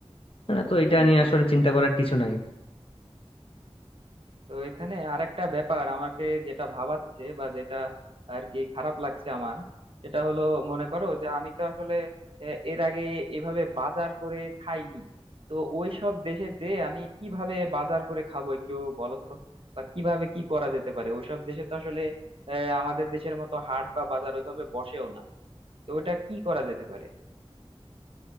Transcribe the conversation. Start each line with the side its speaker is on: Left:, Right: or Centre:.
Left: তাই না তো এটা
Right: হুম
Left: নিয়ে
Right: বুঝতে
Left: আসলে
Right: পেরেছি
Left: চিন্তা করার কিছু নাই
Right: তো এখানে আরেকটা ব্যাপার আমাকে যেটা ভাবাচ্ছে বা যেটা আর কি খারাপ লাগছে আমার সেটা হলো মনে করো যে আমি তো আসলে আহ, এর আগে এভাবে বাজার করে খাইনি তো ওই সব দেশে যে আমি কিভাবে বাজার করে খাবো একটু বলো তো বা কিভাবে কি করা যেতে পারে ওইসব দেশে তো আসলে আহ, আমাদের দেশের মতো হাট বা বাজার ওইভাবে বসেও না তো ওটা কি করা যেতে পারে